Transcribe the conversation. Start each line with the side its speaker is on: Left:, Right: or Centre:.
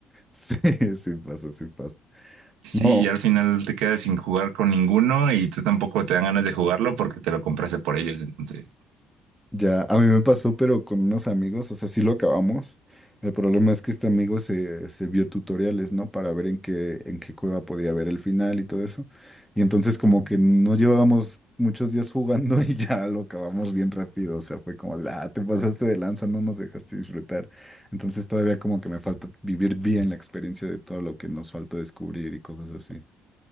Centre: Sí, sí pasa, sí pasa.
Right: Sí,
Centre: No,
Right: y al final te quedas sin jugar con ninguno y tú tampoco te dan ganas de jugarlo porque te lo compraste por ellos. Entonces,
Centre: Ya, a mí me pasó, pero con unos amigos, o sea, sí lo acabamos. El problema es que este amigo se, se vio tutoriales, ¿no? Para ver en qué, en qué cueva podía ver el final y todo eso. Y entonces como que no llevábamos muchos días jugando <laughs> y ya lo acabamos bien rápido. O sea, fue como, de, ah, te pasaste de lanza, no nos dejaste disfrutar. Entonces todavía como que me falta vivir bien la experiencia de todo lo que nos falta descubrir y cosas así.